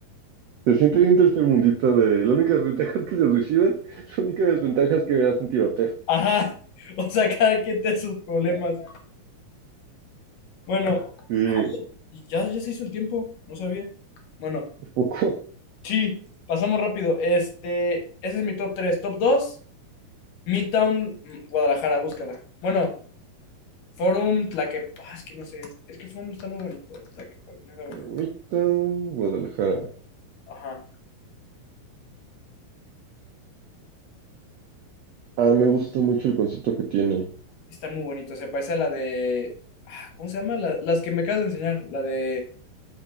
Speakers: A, on the right (about 85°); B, on the left (about 70°).
A: Se siente bien tercermundista de... La única desventaja es que se suicidan. <laughs> La única desventaja es que hacen tiroteo.
B: Ajá, <laughs> o sea, cada quien tiene sus problemas. Bueno,
A: Y
B: y ya, ya se hizo el tiempo, no sabía. Bueno,
A: un poco.
B: Sí, pasamos rápido. Este, ese es mi top tres Top 2 Midtown mm, Guadalajara, búscala. Bueno, Forum Tlaquepaque, Ah, es que no sé, es que Forum está muy bonito, Tlaquepaque, deja ver.
A: Ermitan, Guadalajara.
B: Ajá,
A: Ah, me gusta mucho el concepto que tiene.
B: está muy bonito, se parece a la de, ah, ¿cómo se llama? La- las que me acabas de enseñar, la de